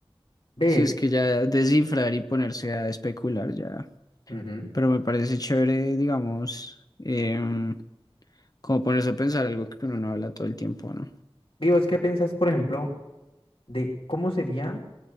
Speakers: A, on the left (about 65°); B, on the left (about 40°).
A: Ve,
B: Sí, es que ya descifrar y ponerse a especular ya.
A: ujú.
B: pero me parece chévere, digamos, em, como ponerse a pensar algo que uno no habla todo el tiempo, ¿no?
A: Ve, ¿vos qué piensas, por ejemplo, de cómo serían